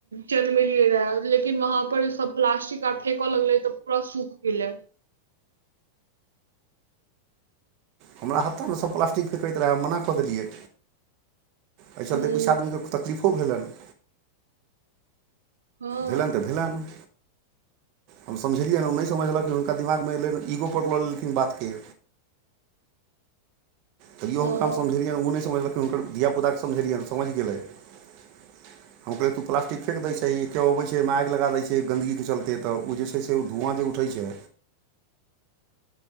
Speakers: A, on the right; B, on the right.
A: जन्मेलियै रहे लेकिन वहाँ पर सब प्लास्टिक आर फेेकऽ लगलै तऽ प्र सुख गेलै
B: हमरा हथा मे सभ प्लास्टिक फेकति रहै हम मना कऽ देलियै एहि चलते
A: हुँ
B: किछ आदमीके तकलीफो भेलनि
A: हँ
B: भेलनि तऽ भेलनि हम समझेलियनि ओ नय समझलकिन हुनका दिमाग मे एलनि ईगोपर लऽ लेलखिन बात के
A: <inaudible>
B: तैयो
A: हँ
B: हुनका हम समझेलियनि उ नय समझलखिन हम उन कर धिय पुता के समझेलियनि समझ गईले हम कहलियै तु प्लिस्ट फेक दयि छीही केयो अबै छै ओईमे आगि लगा दै छै गन्दगीके चलते तऽ ओ जे छै से ओ धुआँ जे उठै छै
A: <inaudible>